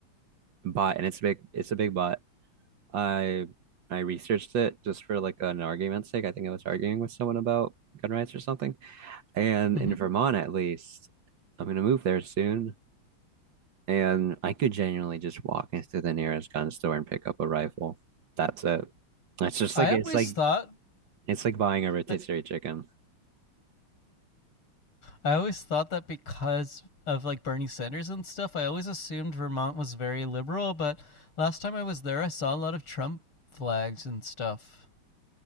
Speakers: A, on the right; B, on the left.
A: but, and it's a big, it's a big but. I I researched it just for like an argument's sake. I think I was arguing with someone about gun rights or something. And
B: hmm
A: in Vermont, at least, I'm gonna move there soon, and I could genuinely just walk into the nearest gun store and pick up a rifle. That's it. It's just
B: I
A: like
B: always
A: it's like
B: thought
A: It's like buying a rotisserie
B: that
A: chicken.
B: I always thought that because of like Bernie Sanders and stuff, I always assumed Vermont was very liberal. But last time I was there, I saw a lot of Trump flags and stuff.